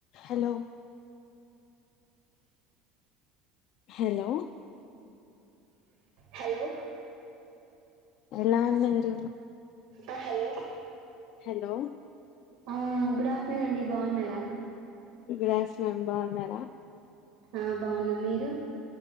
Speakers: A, on the left; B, on the right.
A: Hello hello
B: hello
A: ఎలా ఉన్నారు
B: ఆ హలో
A: హలో
B: ఆ గుడ్ ఆఫ్టర్నూన్ అండి బాగున్నారా
A: గుడ్ ఆఫ్టర్నూన్ బాగున్నారా
B: ఆ బాగున్న మీరు